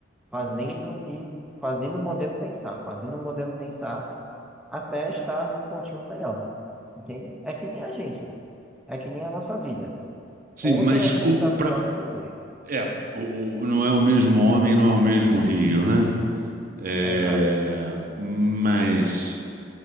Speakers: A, in the centre; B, on the right.
A: fazendo e fazendo o modelo pensar, fazendo o modelo pensar até estar num pontinho melhor. Entende? É que nem a gente, é que nem a nossa vida.
B: Sim,
A: Ontem
B: mas
A: a gente
B: o,
A: está
B: pra,
A: pior do que hoje.
B: é, o, o- não é o mesmo homem, não é o mesmo rio, né? É,
A: Exato.
B: mas.